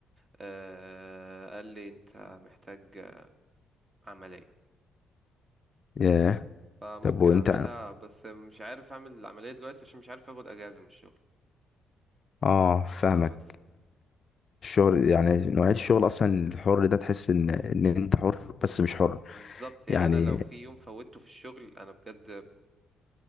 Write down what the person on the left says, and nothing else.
ياه
طب وانت
اه فاهمك
الشغل يعني نوعية الشغل
اصلا الحر ده تحس ان ان انت حر بس مش حر
يعني